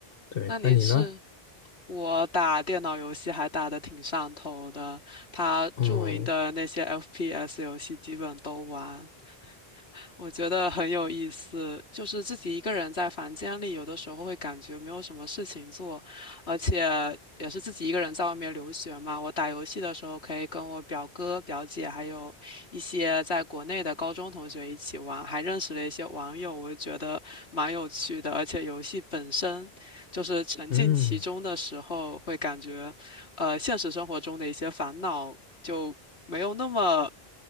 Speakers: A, on the left (about 65°); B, on the left (about 80°).
A: 对，
B: 那你是
A: 那你呢？
B: 我打电脑游戏还打得挺上头的，它著名的那些
A: 嗯
B: FPS 游戏基本都玩，我觉得很有意思，就是自己一个人在房间里，有的时候会感觉没有什么事情做，而且也是自己一个人在外面留学嘛。我打游戏的时候可以跟我表哥、表姐，还有一些在国内的高中同学一起玩，还认识了一些网友，我就觉得蛮有趣的。而且游戏本身就是沉浸其中的时候，
A: 嗯，
B: 会感觉。呃现实生活中的一些烦恼就没有那么